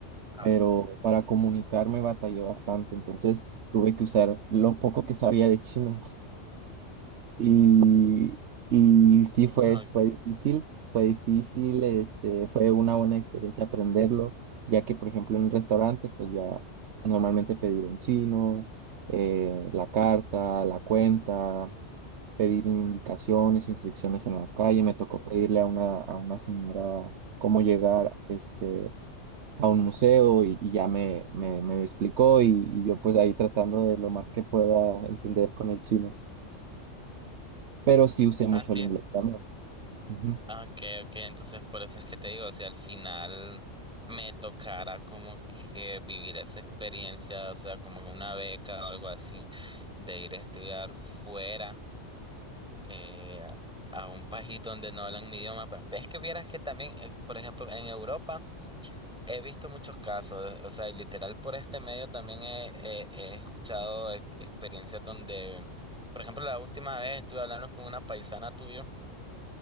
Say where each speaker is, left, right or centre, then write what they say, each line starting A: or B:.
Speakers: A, in the centre; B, on the right.
A: ah,
B: pero para comunicarme batallé bastante, entonces tuve que usar lo poco que sabía de chino. Y, y sí fue,
A: ah,
B: fue difícil, fue difícil, este, fue una buena experiencia aprenderlo, ya que por ejemplo en un restaurante pues ya normalmente pedir en chino, eh, la carta, la cuenta, pedir indicaciones, instrucciones en la calle, me tocó pedirle a una, a una señora cómo llegar este, a un museo y, y ya me, me, me explicó y, y yo pues ahí tratando de lo más que pueda entender con el chino, pero sí usé mucho
A: ah, sí.
B: el inglés también. Ujú.
A: Ah, Ok, ok, entonces por eso es que te digo, si al final me tocara como que vivir esa experiencia, o sea, como una beca o algo así, de ir a estudiar fuera. eh, a un país donde no hablan mi idioma. Pero ves que vieras que también, eh, por ejemplo, en Europa he visto muchos casos, eh, o sea, literal por este medio también he, he- he escuchado e- experiencias donde, por ejemplo, la última vez estuve hablando con una paisana tuya